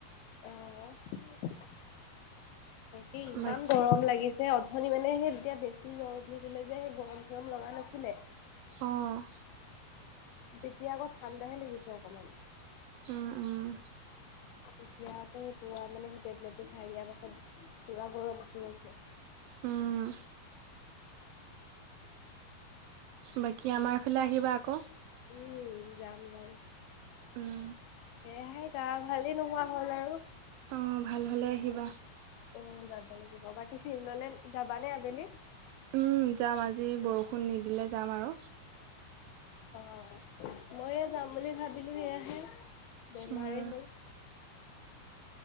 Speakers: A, on the left; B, on the right.
A: অ' তাকে ইমান
B: বাক
A: গৰম লাগিছে। অথনি মানে সেই তেতিয়া বেছি জ্বৰ উঠি আছিলে যে, সেই গৰম চৰম লগা নাছিলে।
B: অ'।
A: তেতিয়া আকৌ ঠাণ্ডাহে লাগিছে অকমান।
B: উম উম।
A: এতিয়া আকৌ সেই পুৰা মানে সেই টেবলেটো খাই দিয়াৰ পাছত পুৰা গৰম উঠি গৈছে।
B: উম। বাকী আমাৰফালে আহিবা আকৌ।
A: উম, যাম - যাম।
B: উম,
A: সেয়েহে গা ভালেই নোহোৱা হ'ল আৰু।
B: অ ভাল হলে আহিবা
A: উম যাব লাগিব বাকী ফিল্ডলে যাবা নে আবেলি
B: উম যাম আজি বৰষুণ নিদিলে যাম আৰু
A: অ ময়ো যাম বুলি ভাবিলো সেয়াহে বেমাৰেেই
B: উম,
A: হ'ল